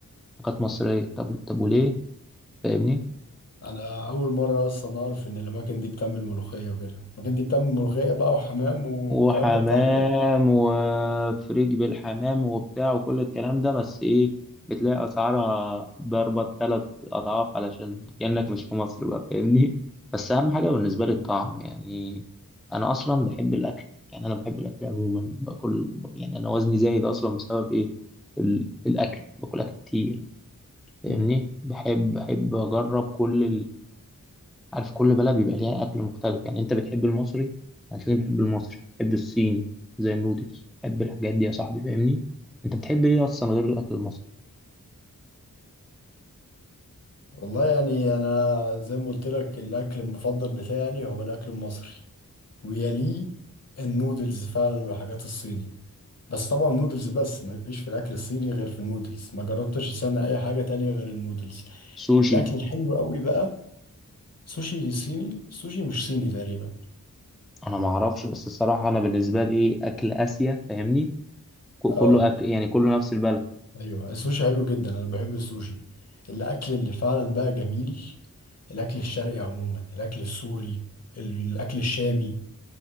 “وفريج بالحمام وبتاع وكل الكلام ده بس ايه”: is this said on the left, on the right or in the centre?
Centre